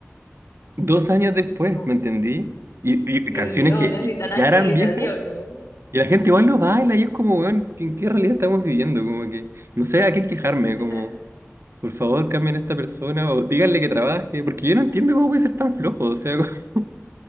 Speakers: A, on the right (about 60°); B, on the left (about 75°).
A: dos años después,
B: No,
A: ¿me entendí? Y, y
B: Dios
A: canciones
B: mío,
A: que
B: necesitan
A: y-
B: actualizaciones.
A: ya eran viejas, y la gente igual lo baila, y es como, weón, ¿en qué realidad estamos viviendo? Como que, no sé a quién quejarme,
B: <laughs>
A: como, por favor, cambien a esta persona, o díganle que trabaje, porque yo no entiendo cómo puede ser tan flojo, o sea, <laughs>